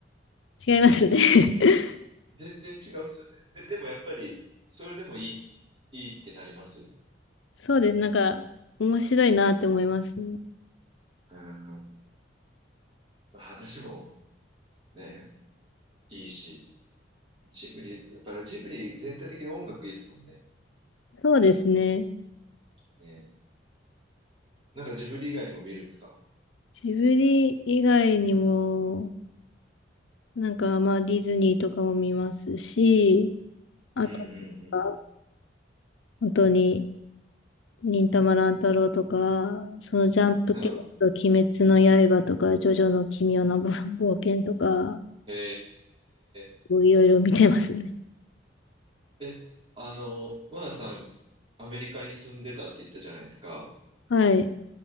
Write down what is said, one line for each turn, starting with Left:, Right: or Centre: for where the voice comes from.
Left: 違いますね。<laughs>
Right: 全然違うっすよね。で、でもやっぱり、それでもいい、いいってなりますう
Left: そうです。なんか面白いなって思いますね。
Right: ん。まあ話もね、いいし。ジブリ、やっぱりジブリ全体的に音楽いいっすもんね。
Left: そうですね。
Right: ね。なんかジブリ以外にも見るんですか
Left: ジブリ以外にも、なんかまあディズニーとかも見ますし、あとは
Right: うんうん
Left: 本当に忍たま乱太郎とか、そのジャンプ系だと鬼滅の刃とか、
Right: うん。うん
Left: ジョジョの奇妙な冒冒険とか、
Right: へえ。
Left: こういろいろ見てますね。
Right: え、あの、マナさん、アメリカに住んでたって言ったじゃないですか。
Left: はい。